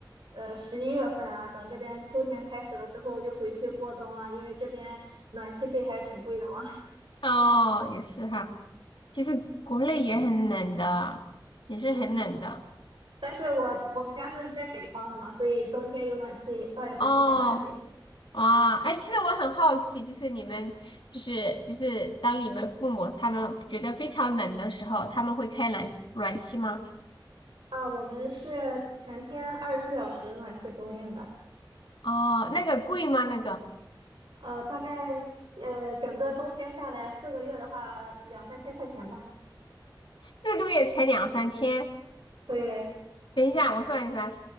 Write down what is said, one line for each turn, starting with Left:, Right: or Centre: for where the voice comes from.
Right: 呃十一月份啊，等这边秋天开始了之后就回去过冬啊，因为这边暖气费还是挺贵的嘛。
Left: 哦，也是哈，其实国内也很冷的，
Right: <laughs>
Left: 也是很冷的。
Right: 嗯，但是我我们家是在北方的嘛，所以冬天有暖气倒也不用太担心
Left: 哦，哇，哎，其实我很好奇，就是你们，就是就是当你们父母他们觉得非常冷的时候，他们会开暖气暖气吗？
Right: 啊，我们是全天二十四小时暖气供应的。
Left: 哦，那个贵吗？那个
Right: 呃，大概呃，整个冬天下来四个月的话，两三千块钱吧。
Left: 四个月才两三千，
Right: 对，
Left: 等一下我算一下，